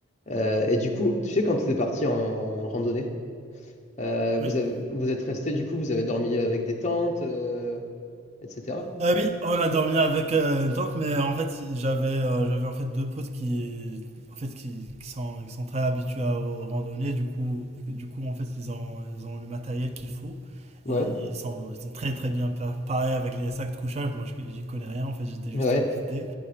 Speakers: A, on the left; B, on the right.
A: Euh, et du coup, tu sais, quand tu es parti en randonnée, euh,
B: oui.
A: vous avez, vous êtes resté, du coup, vous avez dormi avec des tentes, euh, etc.
B: Ah oui, oh, on a dormi avec euh, une tante, mais en fait, j'avais euh, j'avais en fait deux potes qui en fait qui, qui sont, qui sont très habitués à- aux randonnées, du coup du coup en fait ils ont ils ont le matériel qu'il faut.
A: Ouais,
B: Et ils sont ils sont très très bien préparés avec les sacs de couchage. Moi, je- j'y connais rien. En fait, j'étais
A: ouais,
B: juste invité. Et